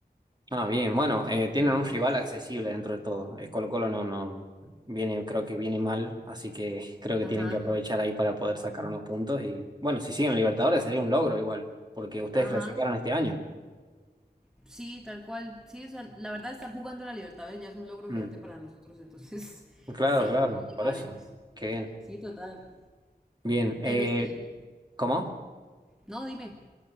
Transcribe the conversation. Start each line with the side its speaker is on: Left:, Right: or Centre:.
Right: Ah, bien. Bueno, eh, tienen
Centre: Para que
Right: un
Centre: lo mires.
Right: rival accesible dentro de todo. Eh, Colo-Colo no, no viene, creo que viene mal, así que <laughs> creo que
Centre: Ajá,
Right: tienen que aprovechar ahí para poder sacar unos puntos. Y bueno, si siguen Libertadores sería un logro igual, porque ustedes
Centre: ajá.
Right: clasificaron este año.
Centre: Sí, tal cual. Sí, o sea, la verdad, estar jugando la Libertadores ya es un logro
Right: Mm.
Centre: gigante para nosotros. Entonces, <laughs>
Right: Claro,
Centre: sí,
Right: claro,
Centre: hemos llegado
Right: por eso.
Centre: lejos.
Right: Qué bien.
Centre: Sí, total.
Right: Bien. Eh,
Centre: Pero sí,
Right: ¿cómo?
Centre: no, dime.